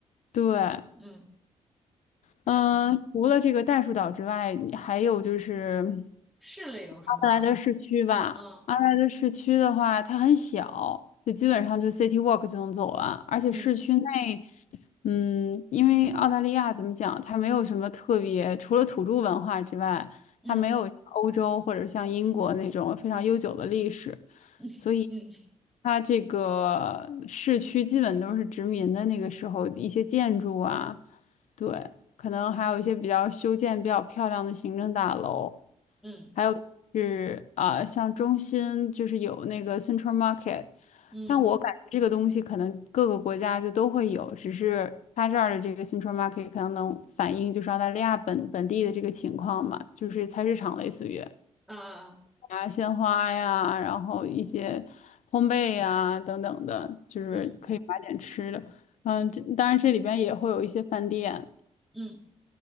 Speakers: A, on the left; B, in the centre.
A: 对，
B: 嗯，然后
A: 嗯、除了这个袋鼠岛之外，还有就是
B: 市里有什么？
A: 阿德莱德市区吧。
B: 嗯
A: 阿德莱德市区的话，它很小，就基本上就 City Walk 就能走完，而且市区内，
B: 嗯
A: 嗯，因为澳大利亚怎么讲，它没有什么特别，除了土著文化之外，
B: 嗯
A: 它没有像欧洲或者像英国那种非常悠久的历史，
B: 嗯嗯
A: 所以。它这个市区基本都是殖民的那个时候一些建筑啊，对，可能还有一些比较修建比较漂亮的行政大楼，
B: 嗯。
A: 还有是啊、像中心就是有那个 Central Market，
B: 嗯
A: 但我感觉这个东西可能各个国家就都会有，只是它这儿的这个 Central Market 可能能反映就是澳大利亚本本地的这个情况嘛，就是菜市场类似于
B: 呃
A: 啊鲜花呀，然后一些烘焙呀等等的，就是可以买点吃的。
B: 嗯
A: 嗯，这当然这里边也会有一些饭店，
B: 嗯